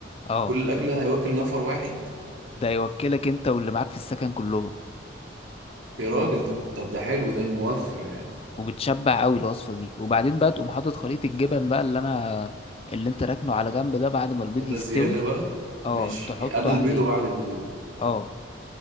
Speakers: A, on the left; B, on the right.
A: اه
B: كل الاكل ده هيوكل نفر واحد
A: ده يوكلك انت واللي معاك في السكن كلهم
B: يا راجل طب طب ده حلو ده موفر يعني
A: وبتشبع قوي الوصفه دي وبعدين بقى تقوم حاطط خليط الجبن بقى اللي انا اللي انت راكنه على جنب ده بعد ما البيض
B: طب
A: يستوي
B: ده زيادة بقى
A: اه
B: ماشي
A: تحطه
B: يعني قبل البيض
A: عليه
B: وبعد البيض
A: اه